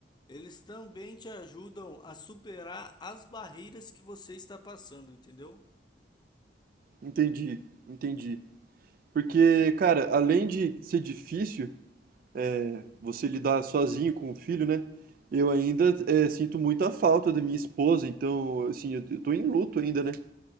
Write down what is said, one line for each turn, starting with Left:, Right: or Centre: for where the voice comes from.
Left: Eles também te ajudam a superar as barreiras que você está passando, entendeu?
Right: Entendi, entendi. Porque, cara, além de ser difícil é, você lidar sozinho com o filho, né? Eu ainda
Left: Hum.
Right: é, sinto muita falta da minha esposa, então, assim, eu, eu tô em luto ainda, né?